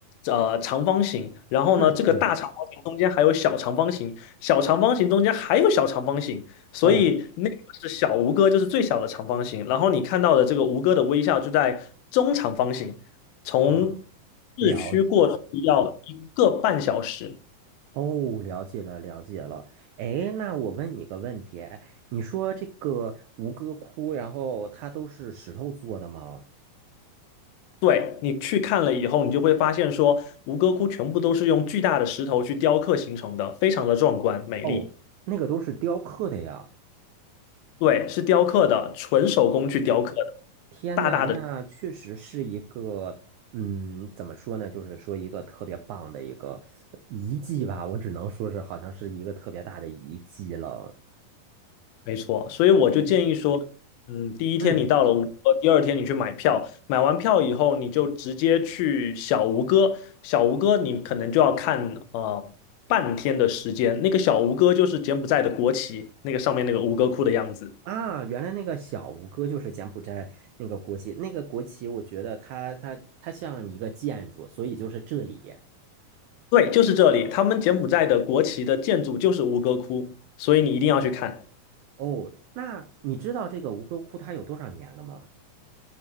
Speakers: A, on the left; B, on the right.
A: 呃长方形，然后呢，
B: 嗯嗯，
A: 这个大长方形中间还有小长方形，小长方形中间还有小长方形，所以那个是小吴哥，
B: 哦，
A: 就是最小的长方形。然后你看到的这个吴哥的微笑就在中长方形，从
B: 啊，了解，
A: 市区过去要一个半小时。
B: 哦，了解了，了解了。哎，那我问你个问题，哎，你说这个吴哥窟，然后它都是石头做的吗？
A: 对，你去看了以后，你就会发现说，吴哥窟全部都是用巨大的石头去雕刻形成的，非常的壮观美丽。
B: 哦，那个都是雕刻的呀。
A: 对，是雕刻的，纯手工去雕刻的，
B: 天呐，
A: 大大的，
B: 那确实是一个，嗯，怎么说呢？就是说一个特别棒的一个遗迹吧，我只能说是好像是一个特别大的遗迹了。
A: 没错。所以我就建议说，
B: 哎
A: 嗯，第一天你到了吴哥，
B: 嗯
A: 第二天你去买票，买完票以后，你就直接去小吴哥。小吴哥你可能就要看呃半天的时间，那个小吴哥就是柬埔寨的国旗，那个上面那个吴哥窟的样子。
B: 啊，原来那个小吴哥就是柬埔寨那个国旗，那个国旗，我觉得它它它像一个建筑，所以就是这里。
A: 对，就是这里，他们柬埔寨的国旗的建筑就是吴哥窟，所以你一定要去看，
B: 哦哦，那你知道这个吴哥窟它有多少年了吗？